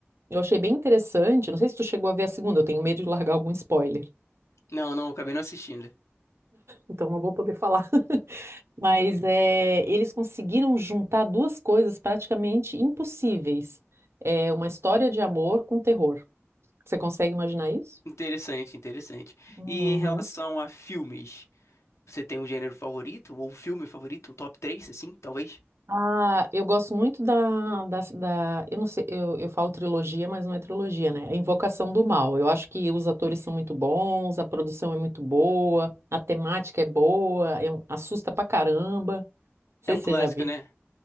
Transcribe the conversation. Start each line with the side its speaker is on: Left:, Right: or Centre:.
Right: eu achei bem interessante. Não sei se tu chegou a ver a segunda, eu tenho medo de largar algum spoiler. <laughs>
Left: Não, não, acabei não assistindo.
Right: Então, não vou poder falar. <laughs> Mas é, eles conseguiram juntar duas coisas praticamente impossíveis. É, uma história de amor com terror. Você consegue imaginar isso?
Left: Interessante, interessante.
Right: Uhum.
Left: E em relação a filmes, você tem um gênero favorito? Ou um filme favorito? Um top 3 assim, talvez?
Right: Ah, eu gosto muito da, da, da- eu não sei, eu, eu falo trilogia, mas não é trilogia, né? É Invocação do Mal. Eu acho que os atores são muito bons, a produção é muito boa, a temática é boa, é um- assusta pra caramba. Não
Left: É
Right: sei
Left: um
Right: se
Left: clássico,
Right: você já viu.
Left: né?